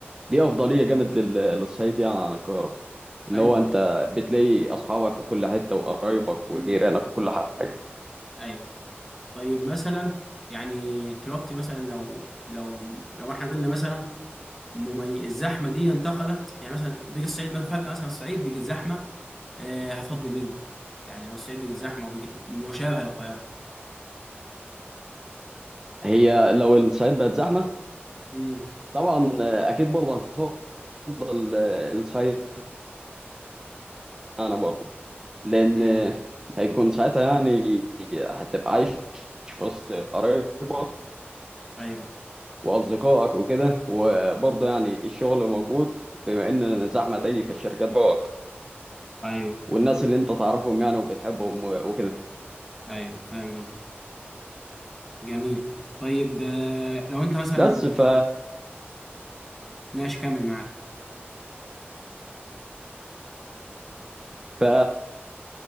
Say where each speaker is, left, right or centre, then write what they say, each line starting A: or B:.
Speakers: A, on the right; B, in the centre.
A: دي افضليه جامد لل- للصعيد يعني عن القاهره ان
B: أيوه
A: هو انت بتلاقي اصحابك في كل حته وقرايبك وجيرانك
B: مم.
A: وكل حاجه
B: أيوه طيب مثلا يعني دلوقتي مثلا لو لو لو احنا قلنا مثلا ممي... الزحمة دي انتقلت يعني مثلا بيجي الصعيد مثلا فجأة مثلا الصعيد بيجي الزحمة آه، هتفضل مين يعني لو الصعيد بقت زحمه وبقت مشابهه للقاهره
A: هي لو الصعيد بقت زحمه
B: امم
A: طبعا آه، اكيد برضه هنفضل آه، الصعيد معانا برضه لان
B: امم
A: آه، هيكون ساعتها يعني هتبقى عايش في وسط قرايبك
B: ايوه
A: واصدقائك وكده وبرضه يعني الشغل موجود بما ان زحمه تيجي في الشركات بقى
B: ايوه
A: والناس اللي انت تعرفهم يعني وبتحبهم و- وكده
B: ايوه فاهم قصدك جميل طيب آه، لو انت مثلا
A: بس ف
B: آه، ماشي كامل معاك
A: ف